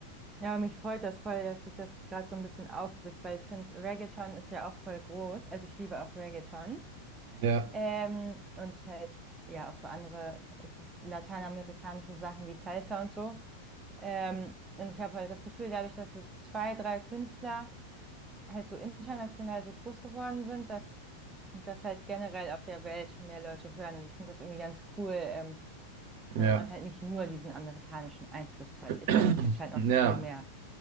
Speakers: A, on the right; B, on the right.
A: ja, mich freut das voll, dass sich das gerade so ein bisschen aufbricht, weil ich finde, Reggaeton ist ja auch voll groß. Also ich liebe auch Reggaeton.
B: Ja,
A: Ähm, und halt, ja, auch so andere, es ist lateinamerikanische Sachen wie Salsa und so. Ähm, und ich habe halt das Gefühl, dadurch, dass so zwei, drei Künstler halt so international so groß geworden sind, dass das halt generell auf der Welt mehr Leute hören. Und ich finde das irgendwie ganz cool, ähm, damit
B: ja.
A: man halt nicht nur diesen amerikanischen Einfluss hat.
B: <clears throat>
A: Ich meine, es gibt halt noch
B: Ja,
A: so viel mehr.